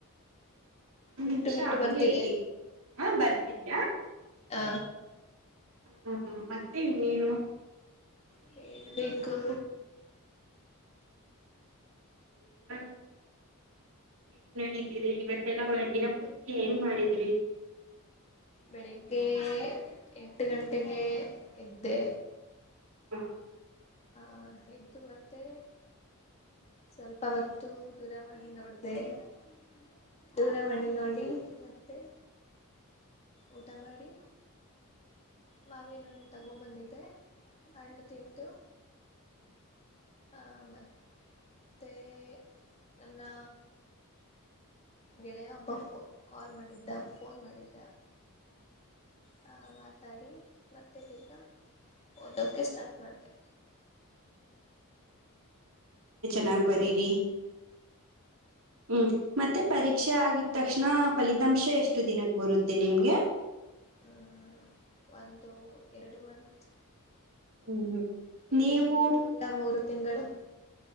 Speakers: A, on the right; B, on the left.
A: ಒಂದ್
B: ಬಿಟ್ಟು
A: ನಿಮಿಷ
B: ಬಿಟ್ಟು
A: ಹಂಗೆ
B: ಬರ್ತಿದೆ
A: ಇರಿ ಹ ಬರ್ತಿದೇಯಾ
B: ಹ
A: ಹಾ ಹಾ ಮತ್ತೆ ಇನ್ನೇನು.
B: ಹೇಳಬೇಕು.
A: <unintelligible> ಹೆಂಗ್ ನಡೀತರಿ ಇವತ್ತೆಲ್ಲ ಒಳ ದಿನ ಪೂರ್ತಿ ಏನ್ ಮಾಡಿದ್ರಿ.
B: ಬೆಳಿಗ್ಗೆ ಎಂಟ ಗಂಟೆಗೆ ಏದ್ದೆ.
A: <inaudible>
B: ಹ್ಹಾ ಎದ್ದು ಮತ್ತೆ ಸ್ವಲ್ಪ ಹೊತ್ತು ದೂರಾವಾಣಿ ನೋಡ್ದೆ. ನೋಡ್ದೆ ದೂರವಾಣಿ ನೋಡಿ ಮತ್ತೆ. ಊಟ ಮಾಡಿ ಮಾವಿನ ಹಣ್ಣು ತಗೋ ಬಂದಿದ್ದೆ ಹಣ್ಣು ತಿಂದು. ಹಾ ಮತ್ ಮತ್ತೆ ನನ್ನಾ ಗೆಳೆಯ ಒಬ್ಬ ಕಾಲ್ ಮಾಡಿದ್ದ ಫೋನ್ ಮಾಡಿದ್ದ. ಹ ಮಾತಾಡಿ ಮತೇತಿೀರ್ಗಾ ಓದೋಕ್ಕೆ ಸ್ಟಾರ್ಟ್ ಮಾಡಿದೆ.
A: ಚೆನ್ನಾಗ್ ಬರೀರಿ ಹ್ಮ್. ಮತ್ತೆ ಪರೀಕ್ಷೆ ಆಗಿದ ತಕ್ಷಣ ಫಲಿತಾಂಶ ಎಷ್ಟು ದಿನಕ್ಕೆ ಬರುತ್ತೆ ನಿಮ್ಗೆ.
B: ಹ್ಮ ಒಂದು ಎರಡು ಮಂತ್.
A: ಹ್ಮ್ ಹ್ಮ್
B: ಎರಡು
A: ನೀವು
B: ತಿಂಗಳು ಇಲ್ಲ ಮೂರು ತಿಂಗಳು